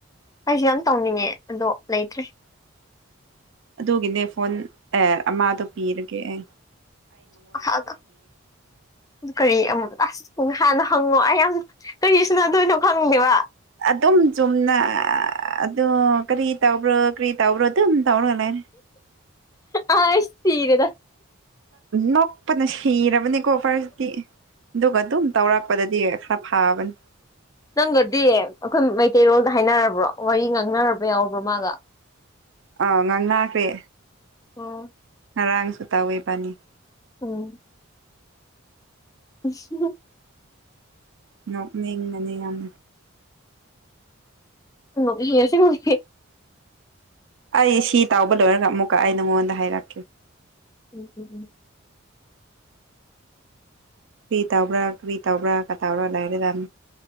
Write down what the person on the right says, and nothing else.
ꯑꯗꯨꯒꯤꯅꯦ ꯐꯣꯟ ꯑꯦ ꯑꯃꯗꯣ ꯄꯤꯔꯒꯦ ꯑꯦ
ꯑꯗꯨꯝ ꯆꯨꯝꯅ ꯑꯗꯨ ꯀꯔꯤ ꯇꯧꯕ꯭ꯔꯣ ꯀꯔꯤ ꯇꯧꯕ꯭ꯔꯣ ꯑꯗꯨꯝ ꯇꯧꯔꯅꯦ
ꯅꯣꯛꯄꯅ ꯁꯤꯔꯕꯅꯦꯀꯣ ꯐꯔꯁꯗꯤ ꯑꯗꯨꯒ ꯑꯗꯨꯝ ꯇꯧꯔꯛꯄꯗꯗꯤ ꯈꯔ ꯐꯕꯅꯤ
ꯑꯥ ꯉꯥꯡ ꯂꯥꯛꯈ꯭ꯔꯦ
ꯉꯔꯥꯡꯁꯨ ꯇꯥꯎꯋꯏ ꯄꯅꯤ
ꯅꯣꯛ ꯅꯤꯟꯒꯅꯤ ꯌꯥꯝ
ꯑꯩ ꯁꯤ ꯇꯥꯎꯕ ꯂꯣꯏꯔꯒ ꯑꯃꯨꯛꯀ ꯑꯩ ꯅꯉꯣꯟꯗ ꯍꯥꯏꯔꯛꯀꯦ
ꯀ꯭ꯔꯤ ꯇꯧꯕ꯭ꯔꯥ ꯀ꯭ꯔꯤ ꯇꯧꯕ꯭ꯔꯥ ꯀꯇꯧꯔ ꯂꯩꯔꯗꯝ